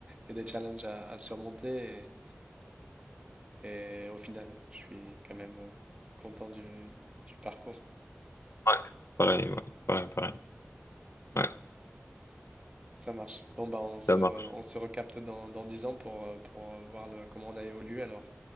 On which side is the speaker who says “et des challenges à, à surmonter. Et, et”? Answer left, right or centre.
Right